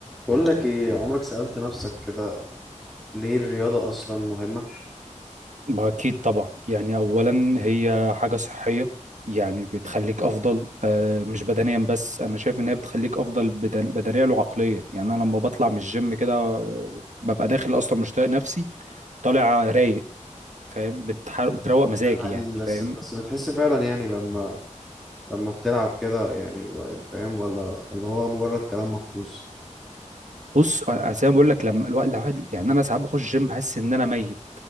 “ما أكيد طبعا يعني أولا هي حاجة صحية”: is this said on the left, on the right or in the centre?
Right